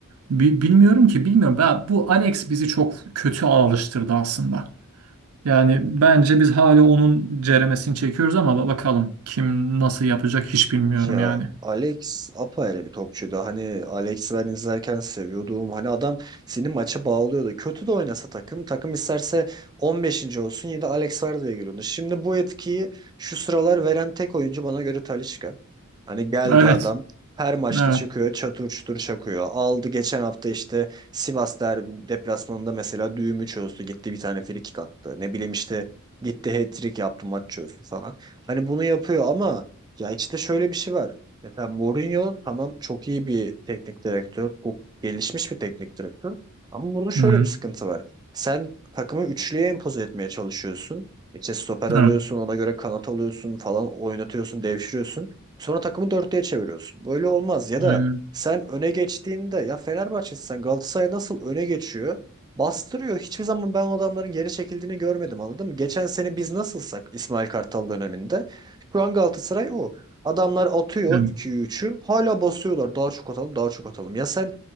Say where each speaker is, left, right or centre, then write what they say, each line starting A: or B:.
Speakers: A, on the right (about 85°); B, on the right (about 20°).
A: Bi- bilmiyorum ki bilmiyorum. Ben, bu Alex bizi çok kötü alıştırdı aslında. Yani bence biz hala onun ceremesini çekiyoruz ama ba- bakalım kim nasıl yapacak hiç bilmiyorum
B: Ya
A: yani.
B: Alex apayrı bir topçuydu. Hani Alex'i ben izlerken seviyordum. Hani adam seni maça bağlıyordu. Kötü de oynasa takım. Takım isterse on beşinci olsun yine de Alex var diye görüyordu. Şimdi bu etkiyi şu sıralar veren tek oyuncu bana göre Talisca. Hani geldi
A: Evet.
B: adam her maçta
A: Evet.
B: çıkıyor çatır çutur çakıyor. Aldı geçen hafta işte Sivas der deplasmanında mesela düğümü çözdü. Gitti bir tane frikik attı. Ne bileyim işte gitti hat-trick yaptı maç çözdü falan. Hani bunu yapıyor ama ya işte şöyle bir şey var. Mesela Mourinho tamam çok iyi bir teknik direktör. Çok gelişmiş bir teknik direktör. Ama burada şöyle
A: Hı hı.
B: bir sıkıntı var. Sen takımı üçlüye empoze etmeye çalışıyorsun. İşte stoper alıyorsun,
A: Evet.
B: ona göre kanat alıyorsun falan oynatıyorsun, devşiriyorsun. Sonra takımı dörtlüye çeviriyorsun. Böyle olmaz. Ya
A: Aynen.
B: da sen öne geçtiğinde ya Fenerbahçe'sin sen Galatasaray nasıl öne geçiyor? Bastırıyor. Hiçbir zaman ben o adamların geri çekildiğini görmedim anladın mı? Geçen sene biz nasılsak İsmail Kartal döneminde şu an Galatasaray o. Adamlar atıyor
A: Evet.
B: 2'yi üçü, Hala basıyorlar. Daha çok atalım, daha çok atalım. Ya sen